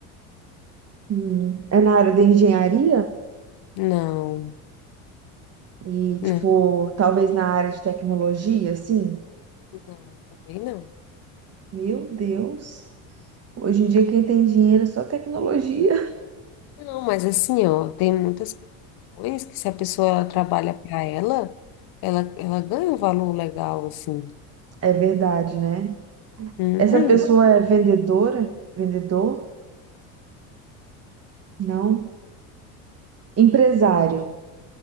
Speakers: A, on the right; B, on the left.
A: Hum. É na área da engenharia
B: Não,
A: e, tipo,
B: não,
A: talvez na área de tecnologia, assim.
B: não, também não.
A: Meu Deus. Hoje em dia quem tem dinheiro é só tecnologia.
B: Não, mas assim, ó, tem muitas profissões que se a pessoa trabalha para ela, ela, ela ganha um valor legal, assim.
A: É verdade, né?
B: Uhum.
A: Essa pessoa é vendedora? Vendedor? Não. Empresário.